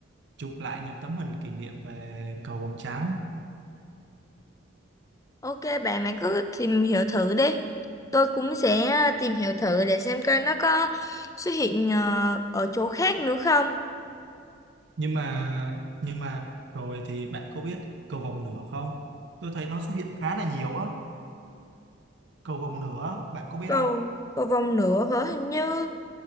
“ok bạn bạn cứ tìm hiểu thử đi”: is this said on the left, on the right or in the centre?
Left